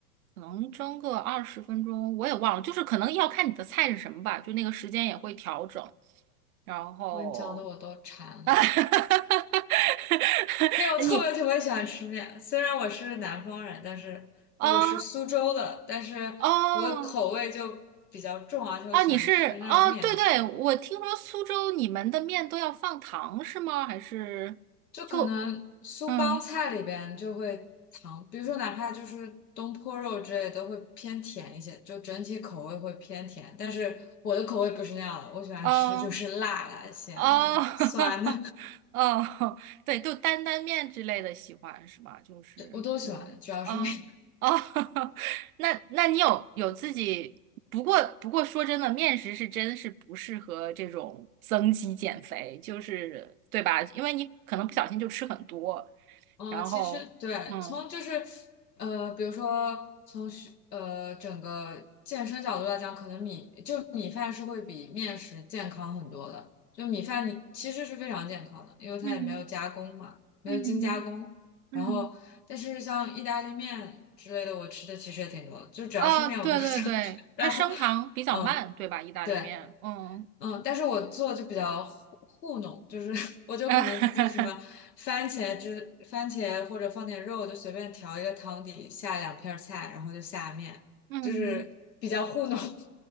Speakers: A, on the right; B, on the left.
A: 可能蒸个二十分钟，我也忘了，就是可能要看你的菜是什么吧，就那个时间也会调整。然后，
B: 我跟你讲的我都馋了。
A: <laughs>
B: 因为我特别特别喜欢吃面，
A: 你
B: 虽然我是南方人，但是因为我是苏州的，
A: 啊
B: 但是我的口味就比较重啊，
A: 哦
B: 而且我喜欢吃那种面食，
A: 啊，你是啊，对对，我听说苏州你们的面都要放糖是吗？还是不？
B: 就可能苏帮菜里边就会糖，
A: 嗯。
B: 比如说哪怕就是东坡肉之类都会偏甜一些，就整体口味会偏甜，但是我的口味不是那样的，我喜欢吃就是辣的、
A: 啊。
B: 咸的、
A: 哦，
B: 酸的，
A: <laughs> 哦，对，就担担面之类的喜欢是吧？就是真的，
B: <laughs> 我都喜欢，主要是面。
A: 啊啊哦，<laughs> 那那你有有自己？不过不过说真的，面食是真是不适合这种增肌减肥，就是对吧？因为你可能不小心就吃很多，
B: 嗯，
A: 然后嗯
B: 其实对，从就是呃，比如说从学呃整个健身角度来讲，可能米就米饭是会比面食健康很多的。就米饭你其实是非常健康的，因为它也没有加工嘛，
A: 嗯
B: 没有精加工。
A: 嗯嗯，
B: 然后，但是像意大利面之类的，我吃的其实也挺多的，就只要是面我都
A: 哦，对对对，
B: <laughs> 想吃。<laughs> 然后，
A: 它升糖比较慢，
B: 嗯，
A: 对吧？意大利面，
B: 对。
A: 嗯。
B: 嗯，但是我做就比较糊糊弄，就是 <laughs> 我就可能自己什么
A: <laughs>
B: 番茄汁、番茄或者放点肉，就随便调一个汤底，下两片儿菜，然后就下面，
A: 嗯，
B: 就是比较糊弄。<laughs>